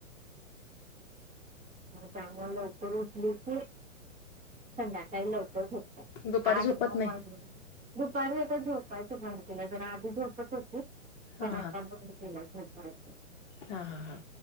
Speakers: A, on the right; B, on the left.
A: त्यामुळं लवकर उठली की, संध्याकाळी लवकर झोप
B: दुपारी
A: आठ
B: झोपत
A: <unintelligible>
B: नाही
A: दुपारी आता झोपायचं बंद केलं जरा आधी झोपत होती
B: हा
A: पण आता
B: हा
A: बंद केलाय. <unintelligible>
B: हा हा हा.